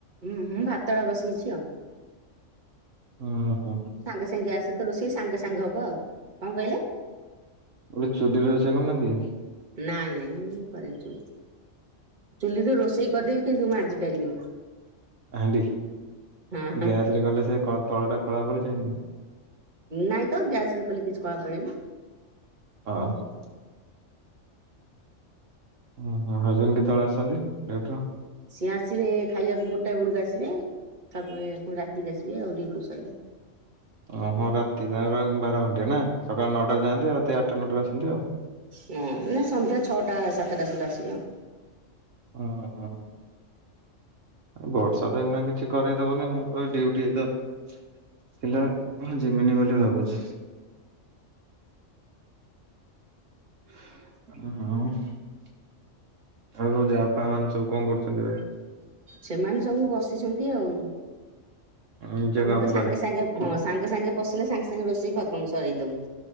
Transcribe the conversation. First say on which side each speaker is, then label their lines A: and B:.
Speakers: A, on the right; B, on the right.
A: ହୁଁ ହଁ ଭାତ ଟା ବସେଇଛିି ଆଉ।
B: ଓଁ ହୋ।
A: ସାଙ୍ଗେ ସାଙ୍ଗେ ଗ୍ୟାସ୍ ତ ରୋଷେଇ ସାଙ୍ଗେ ସାଙ୍ଗେ ହବ ଆଉ, କଣ କହିଲେ?
B: ଗୋଟେ ଚୁଲିରେ ରୋଷେଇ କରୁନାହାନ୍ତି କି?
A: ନାଇଁ ନାଇଁ ମୁଁ କରେନି ଚୁଲି। ଚୁଲିରେ ରୋଷେଇ କରିଦେବି କିନ୍ତୁ ମାଜି ପାରିବିନି।
B: ହାଣ୍ଡି
A: ହଁ ହଁ
B: ଗ୍ୟାସରେ କଲେ ସେ କ ତଳଟା କଳା ପଡିଯାଏନି?
A: ନାଇଁ ତ ଗ୍ୟାସରେ କଲେ କିଛି କଳା ପଡେନି।
B: ଅ ହ। ଓ ହୋ ହଜବେଣ୍ଡ କେତେବେଳେ ଆସନ୍ତି ଡିଉଟିରୁ?
A: ସିଏ ଆସିବେ ଖାଇବାକୁ ଗୋଟାଏ ବେଳକୁ ଆସିବେ, ତାପରେ ପୁଣି ରାତିକୁି ଆସିବେ ଆଉ ଡିଉଟି ସଇଲେ।
B: ଅ ହ ରାତି ତାଙ୍କର ଆଉ ବାର ଘଣ୍ଟିଆ ନା ସକାଳ ନଅଟାରେ ଯାଆନ୍ତି ଆଉ ରାତି ଆଠଟା ନଅଟାରେ ଆସନ୍ତି ଆଉ।
A: ନା ନା ସନ୍ଧ୍ୟା ଛଅଟା ସାତଟା ସୁଦ୍ଧା ଆସିବେ ଆଉ।
B: ଅ ହ ବର୍ଷ ଅଵିକା ଦେଖୁନାହାଁନ୍ତି କିଛି କରାଇଦବନି ମୁଁ ବା ଡ୍ୟୁଟି ଯାଇଥାନ୍ ଥିଲା ଜିମିନି ବୋଲି ଭାବୁଛି। ହଁ। ଆଉ ସବୁ ଯା ଫା ମାନେ ସବୁ କଣ କରୁଛନ୍ତି ଏବେ?
A: ସେମାନେ ସବୁ ବସିଛନ୍ତି ଆଉ
B: ନିଜ
A: ଆମର
B: କାମ
A: ତ ସାଙ୍ଗେ
B: କରେ
A: ସାଙ୍ଗେ ହଁ ସାଙ୍ଗେ ସାଙ୍ଗେ ପଶିଲେ ସାଙ୍ଗେ ସାଙ୍ଗେ ରୋଷେଇ ଖତମ ସରେଇଦବୁ।